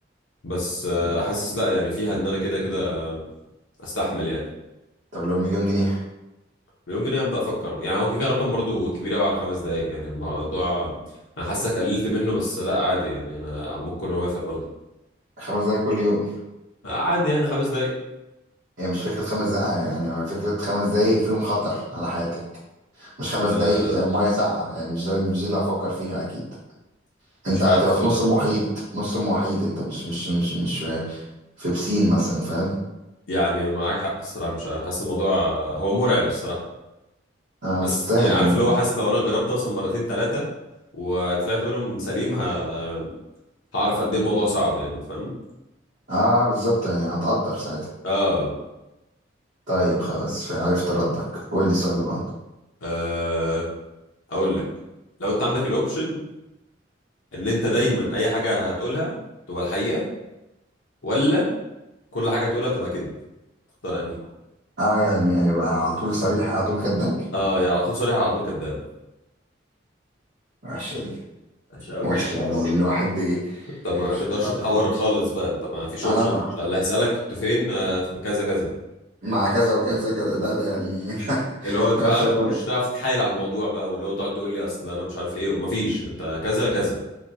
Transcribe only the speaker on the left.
بس آه حاسس لا يعني فيها ان انا كده كده استحمل يعني
مليون جنيه ابدا افكر يعني هو كده كده رقم برضو كبير قوي على خمس دقايق يعني الموضوع انا حاسك قللت منه بس لا عادي يعني انا ممكن اوافق برضو
عادي يعني خمس دقايق
أه
مش
عارف والله
يعني معاك حق الصراحه مش عارف حاسس الموضوع هو مرعب الصراحه
بس
يعني عارف
اللي هو حاسس لو انا جربت مثلا مرتين ثلاثه وطلعت منهم سليم ه... هعرف قد ايه الموضوع صعب يعني انت فاهم
اه
آه، اقول لك لو انت عندك الاوبشن ان انت دايما اي حاجه هتقولها تبقى الحقيقه ولا كل حاجه تقولها تبقى كذب تختار انهي
اه يا على طول صريح يا على طول كذاب
ماشي قوي
انت ما
تقدرش
تحور خالص بقى انت ما فيش
اوبشن اللي هيسالك كنت فين آه، في كذا كذا
اللي هو انت
عارف
مش هتعرف تتحايل على الموضوع بقى واللي هو تقعد تقول لي اصل انا مش عارف ايه ما فيش انت كذا كذا